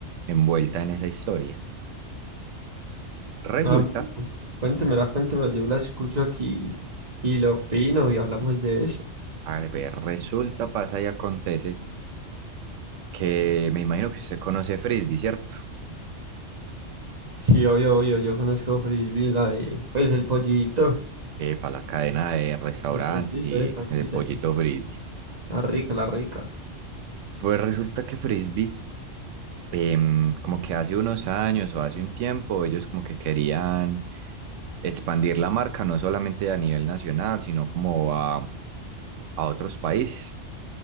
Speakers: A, on the right; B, on the right.
A: envuelta en esa historia. Resulta,
B: ah, mira, cuéntemela, cuéntemela, yo la escucho aquí y lo opino y hablamos de eso.
A: a ver, resulta, pasa y acontece que me imagino que usted conoce Frisbee, ¿cierto?
B: Sí, obvio, obvio, yo conozco Frisbee, la de, pues el pollito,
A: para la cadena de restaurantes
B: el pollito
A: y
B: de pastisas,
A: de pollito frisbee.
B: la rica, la rica.
A: Pues resulta que frisbee em, como que hace unos años o hace un tiempo, ellos como que querían expandir la marca no solamente a nivel nacional, sino como a, a otros países.